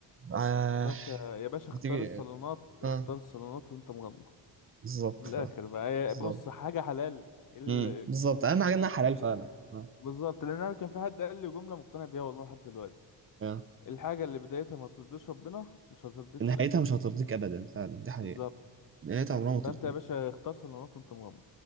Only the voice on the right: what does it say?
آه...
هتيجي
اه
بالظبط
آه،
بالظبط
امم بالظبط اهم حاجه انها حلال فعلا اه
آه.
نهايتها
مش هترضيك ابدا فعلا دي حقيقه
نهايتها عمرها ما ترضيك